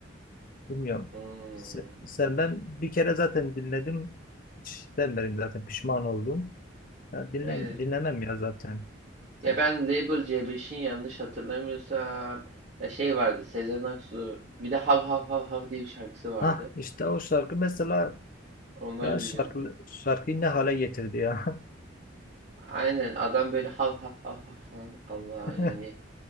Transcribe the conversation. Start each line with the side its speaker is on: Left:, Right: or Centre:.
Left: Bilmiyorum.
Right: hmm,
Left: Se- Sevmem. Bir kere zaten dinledim. Hiç sevmedim zaten. Pişman oldum. Ya dinlem
Right: evet.
Left: dinlemem ya zaten.
Right: Ya
Left: Çok.
Right: ben Label C5'in yanlış hatırlamıyorsam ya şey vardı Sezen Aksu bir de Hav Hav Hav Hav diye bir şarkısı vardı.
Left: Hah işte o şarkı mesela
Right: Onları
Left: ya
Right: biliyorum.
Left: şarkı, şarkıyı ne hale getirdi ya.
Right: Aynen adam böyle hav hav hav hav falan Allah
Left: <laughs>
Right: yani